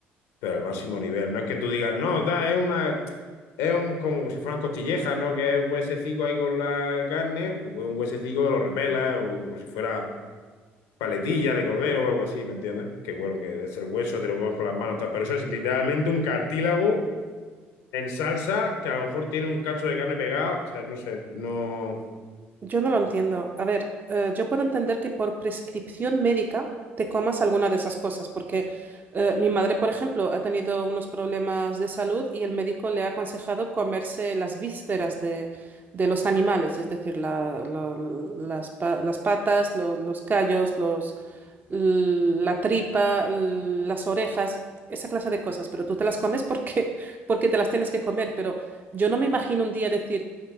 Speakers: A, on the left; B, on the right.
A: pero al máximo nivel. No es que tú digas, no, da, es una. Es un, como si fueran costillejas, ¿no? Que es un huesecico ahí con la carne, pues un huesecico que lo repela, o como si fuera paletilla de cordero o algo así, ¿me entiendes? Que bueno, que es el hueso, te lo comes con las manos, tal, pero eso es literalmente un cartílago en salsa que a lo mejor tiene un cacho de carne pegado, o sea, no sé, no...
B: Yo no lo entiendo. A ver, eh, yo puedo entender que por prescripción médica te comas alguna de esas cosas, porque eh, mi madre, por ejemplo, ha tenido unos problemas de salud y el médico le ha aconsejado comerse las vísceras de, de los animales, es decir, la- lo- las, pa- las patas, lo- los callos, los, l- la tripa, l- las orejas. Esa clase de cosas, pero tú te las comes porque, <laughs> porque te las tienes que comer, pero yo no me imagino un día decir,